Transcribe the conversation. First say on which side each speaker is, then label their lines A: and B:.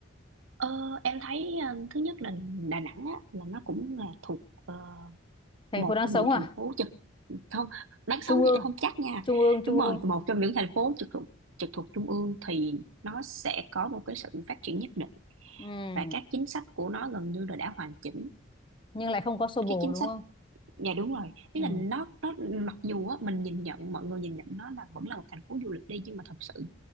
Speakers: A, on the right (about 80°); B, on the left (about 25°).
A: ờ, em thấy ờ, thứ nhất là Đà Nẵng á là nó cũng là thuộc ờ,
B: Thành
A: một
B: phố đang
A: trong
B: sống
A: những
B: à?
A: thành phố trực không đáng sống
B: Trung ương,
A: thì em không chắc nha
B: trung ương, trung
A: đúng rồi
B: ương.
A: một trong những thành phố trực thuộc trực thuộc trung ương thì nó sẽ có một cái sự phát triển nhất định
B: Ừ.
A: và các chính sách của nó gần như là đã hoàn chỉnh
B: Nhưng lại không có xô bồ
A: các chính
B: đúng
A: sách
B: không?
A: dạ đúng rồi ý
B: Ừ.
A: là nó nó mặc dù á, mình nhìn nhận mọi người nhìn nhận nó là vẫn là một thành phố du lịch đi nhưng mà thật sự